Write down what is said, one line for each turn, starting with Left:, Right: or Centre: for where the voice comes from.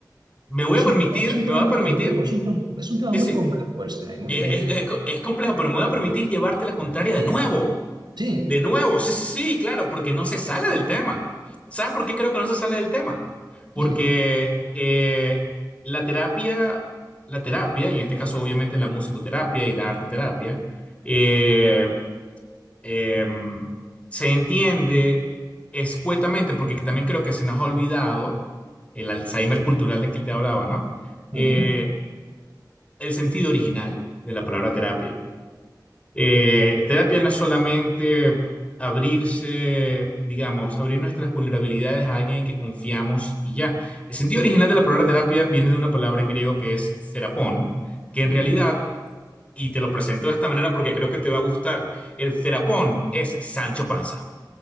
Left: Me voy
Right: es
Left: a permitir,
Right: un, es un
Left: me
Right: tema
Left: voy
Right: muy
Left: a permitir,
Right: complejo, es un, tem- es un tema
Left: sí,
Right: muy
Left: sí,
Right: complejo este y muy,
Left: es,
Right: y muy-
Left: es- es co- es complejo, pero me voy a permitir llevarte la contraria de nuevo.
Right: sí.
Left: De nuevo, sí, sí, sí, claro, porque no se sale del tema. ¿Sabes por qué creo que no se sale del tema? Porque
Right: Dime.
Left: eh, la terapia, la terapia, y en este caso obviamente la musicoterapia y la arte terapia, eh, em, se entiende escuetamente, porque también creo que se nos ha olvidado el Alzheimer cultural de que te hablaba, ¿no?
Right: Ujú,
Left: Eh, el sentido original de la palabra terapia. Eh, terapia no es solamente abrirse, digamos, abrir nuestras vulnerabilidades a alguien en que confiamos y ya. El sentido original de la palabra terapia viene de una palabra en griego que es terapón, que
Right: ujú.
Left: en realidad, y te lo presento de esta manera porque creo que te va a gustar, el terapón es Sancho Panza.